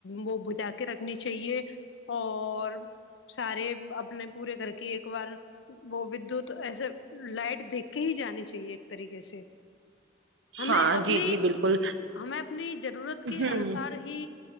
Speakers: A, on the left; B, on the right.
A: وہ بجا کے رکھنی چاہیے اور سارے اپنے پورے کر کے ایک بار وہ ودوت ایسے لائٹ دیکھ کے ہی جانی چاہیے ایک طریقے سے ہمیں
B: ہاں
A: اپنی
B: جی جی بالکل
A: ہمیں اپنی ضرورت کے
B: ہوں
A: انوسار ہی